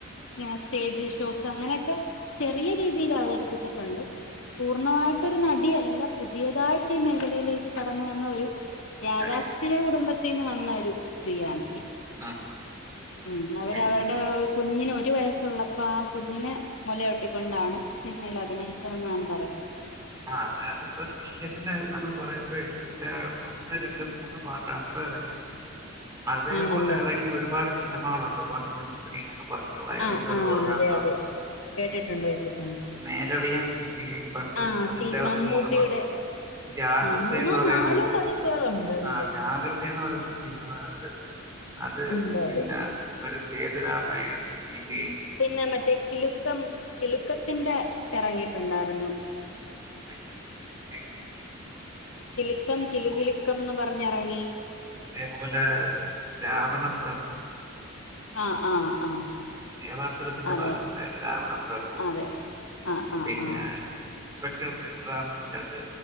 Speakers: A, on the left (about 75°); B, on the right (about 15°).
A: ഇങ്ങനെ സ്റ്റേജ് ഷോസ് അങ്ങനെയൊക്കെ ചെറിയ രീതിയിൽ അവതരിപ്പിച്ചിട്ടുണ്ട് പൂർണ്ണമായിട്ടൊരു നടിയല്ല പുതിയതായിട്ട് ഈ മേഖലയിലേക്ക് കടന്ന വന്ന ഒരു യാഥാസ്ഥിതിക
B: നടിയ
A: കുടുംബത്തിൽ നിന്ന് വന്ന ഒരു സ്ത്രീയാണ്
B: ആ ആ
A: ഉം അവരവരുടെ
B: പിന്നെ
A: കുഞ്ഞിന് ഒരു വയസ്സുള്ളപ്പോ ആ കുഞ്ഞിനെ മുലയൊട്ടി ക്കൊണ്ടാണ് സിനിമയിൽ അഭിനയിച്ചതെന്നാണ് പറയുന്നത്
B: ആഹ് അതായത് ഇപ്പൊ ദൃശ്യത്തിന്റെ അത് നമ്മൾ പറയുമ്പോഴ അതിന്റെ ഒന്ന് രണ്ട് മൂന്ന് പാർട്ടാണ് ഇപ്പ ഇറങ്ങിയത്
A: <inaudible>
B: അതേപോലെ
A: ആണല്ലേ
B: ഇറങ്ങിയ ഒരുപാട് സിനിമകളുണ്ട് വൺ ടു ത്രീ എന്നൊക്കെ പറഞ്ഞിട്ടുള്ള ഏതെങ്കിലും
A: ആഹ് ആഹ്
B: ഒരു ഓർമ്മ
A: അതെ
B: ഉണ്ടോ
A: അതെ കേട്ടിട്ടുണ്ട് കേട്ട്
B: നേരറിയാൻ സി പി ഐ പണ്ട്
A: ആഹ്
B: അതിന്റെ
A: സി മമ്മൂട്ടിയുടെ
B: മൂന്ന് പോ ജാഗ്രതെ
A: ആ മൂന്നോ
B: പറയുന്ന
A: നാലോ പതിപ്പുകളുണ്ട്
B: സിനിമ
A: അതിന്റെ
B: ആഹ് ജാഗ്രത <unintelligible> പറയുന്ന സിനിമ ഉണ്ട് അത്
A: ഉണ്ട്
B: പിന്നാ
A: അതെ
B: ഒരു സേതുരാമയ്യർ സി പി ഐ
A: പിന്നെ മറ്റേ കിലുക്കം കിലുക്കത്തിന്റെ ഇറങ്ങിയിട്ടുണ്ടായിരുന്നു
B: <unintelligible>
A: കിലുക്കം കിലു
B: ഐ
A: കിലുക്കം എന്ന് പറഞ്ഞിറങ്ങി
B: അതേപോലെ രാവണ പ്രഭു
A: ആഹ് ആഹ് ആഹ്
B: ദേവാസുരത്തിന്റെ
A: അതെ
B: <unintelligible> അതായത് രാവണപ്രഭു
A: അതെ ആഹ് ആഹ്
B: പിന്നെ
A: ആഹ്
B: ഇൻസ്പെക്ടർ ബൽറാമിന്റെ അത്